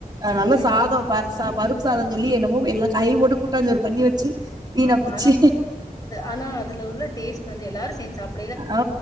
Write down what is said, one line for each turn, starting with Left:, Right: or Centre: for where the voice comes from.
Right: ஆ நல்ல
Left: ம்
Right: சாத ப ச பருப்பு சாத சொல்லி என்னமோ எல்லா காயு போட்டு கூட்டாஞ்சோறு பண்ணி வச்சு வீணா
Left: ஆமா
Right: போச்சி
Left: ஆனா அது உள்ள டேஸ்ட்டு வந்து எல்லாரு சேஞ் சாப்ட
Right: ஆ